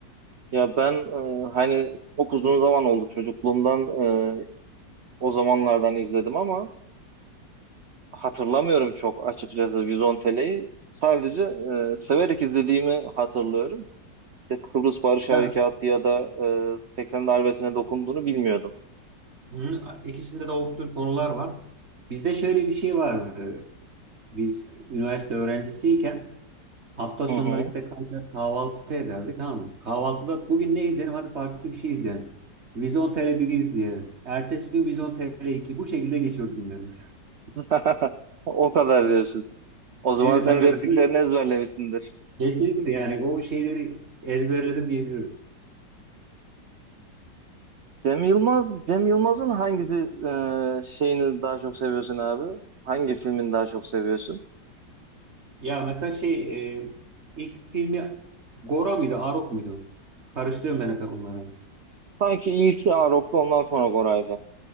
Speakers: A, on the right; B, on the right.
A: ya ben e, hani çok uzun zaman oldu çocukluğumdan e, o zamanlardan izledim ama hatırlamıyorum çok açıkçası Vizontele'yi. Sadece e, severek izlediğimi hatırlıyorum. İşte Kıbrıs Barış Harekatı
B: Ya,
A: ya da e, 80 darbesine dokunduğunu bilmiyordum.
B: hı, ikisinde de o konular var. Bizde şöyle bir şey vardı. Biz üniversite öğrencisiyken hafta sonları
A: Hı hı.
B: işte kalkar kahvaltı ederdik. Tamam. mı? Kahvaltıda bugün ne izleyelim? Hadi farklı bir şey izleyelim. Vizontele 1 izleyelim. Ertesi gün Vizontele 2. Bu şekilde geçiyordu günlerimiz. <laughs>
A: <laughs> O kadar diyorsun. O zaman
B: Evet
A: sen
B: hakikaten.
A: repliklerini ezberlemişsindir.
B: Kesinlikle yani o şeyleri ezberledim diyebilirim.
A: Cem Yılmaz, Cem Yılmaz'ın hangisi e, şeyini daha çok seviyorsun abi? Hangi filmini daha çok seviyorsun?
B: Ya mesela şey e, ilk filmi Gora mıydı, Arok muydu? Karıştırıyorum ben hep onları.
A: Sanki ilki Arok'tu ondan sonra Goray'dı.